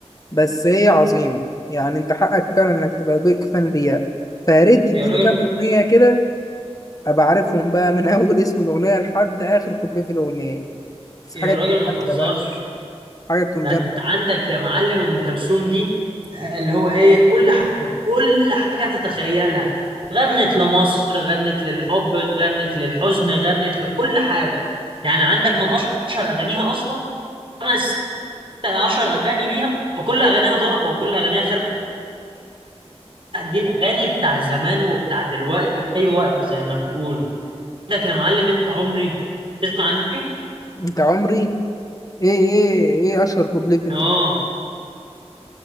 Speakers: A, on the left; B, on the right.
A: بس هي عظيمة يعني أنت حقك فعلا إنك تبقى بيك فان ليها فياريت تديني
B: يا راجل
A: كام أغنية كده أبقى عارفهم بقى من <laughs> أول اسم الأغنية لحد آخر كوبليه في الأغنية بس
B: يا
A: حاجة
B: راجل
A: تكون
B: ما
A: جامدة
B: تهزرش
A: بقى كده، حاجة تكون
B: ده
A: جامدة
B: انت عندك يا معلم أم كلثوم دي آه، اللي هو ايه كل حاجة كل حاجة تتخيلها غنت لمصر غنت للحب غنت للحزن غنت لكل حاجة يعني عندك من اشهر اغانيها اصلا خمس ست عشر اغاني ليها وكل اغانيها ضربه وكل اغانيها خرب لا، دي الاغاني بتاع زمان وبتاع دلوقتي وفي اي وقت زي ما بيقولوا عندك يا معلم انت عمري تسمع عني
A: أنت عمري إيه إيه إيه أشهر كوبليه في
B: اه
A: أنت